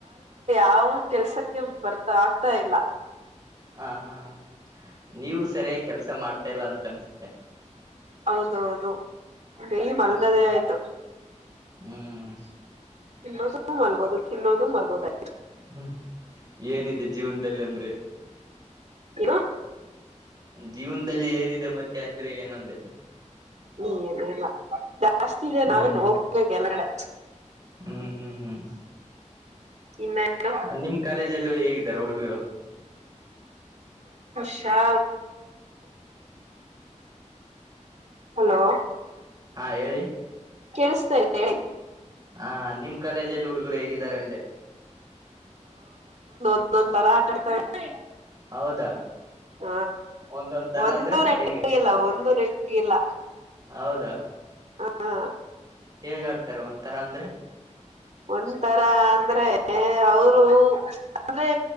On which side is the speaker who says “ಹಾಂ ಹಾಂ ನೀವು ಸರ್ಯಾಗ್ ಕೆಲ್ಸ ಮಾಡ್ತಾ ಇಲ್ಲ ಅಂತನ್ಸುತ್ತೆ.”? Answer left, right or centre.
Right